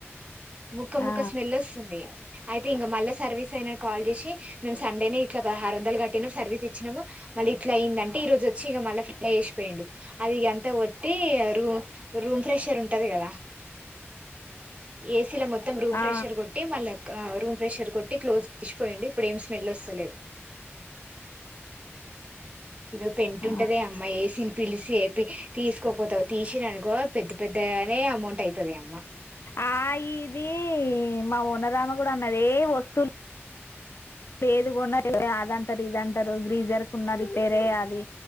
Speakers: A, on the right (about 25°); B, on the left (about 60°).
A: ముక్క ముక్క
B: ఆ
A: స్మెల్ వస్సుది అయితే ఇంక మళ్ళా సర్వీస్ అయినకి కాల్ చేసి మేము సండేనే ఇట్లా పదహరు వందలు కట్టినాము సర్వీస్ ఇచ్చినాము మళ్ళీ ఇట్లా అయిందంటే ఈరోజు వచ్చి ఇంక మళ్ళీ ఫ్ర వసిపోయిడు అది ఇ అంత ఒట్టి రూమ్ రూమ్ ఫ్రెషర్ ఉంటది కదా ఏసీలో మొత్తం రూమ్
B: ఆ
A: ఫ్రెషర్ కొట్టి మళ్ళ ఆ రూమ్ ప్రెషర్ కొట్టి క్లోజ్ చేసిపోయిడు ఇప్పుడు ఏం స్మెల్ వస్తలే ఇదిో పెంటు
B: ఆ
A: ఉంటద అమ్మాయి ఏసిన్ పిలిసే ఏపి తీసుకోపోతా తీసిననుకో పెద్ద పెద్దగానే అమౌంట్ అవుతది అమ్మ
B: ఆ ఇది మా ఓన్రామ కూడా అన్నది ఏ వస్తువులు లేదుకొన్న అదంటారు ఇదంటారు గ్రీజర్ కు ఉన్న రిపేర్ అయ్య అది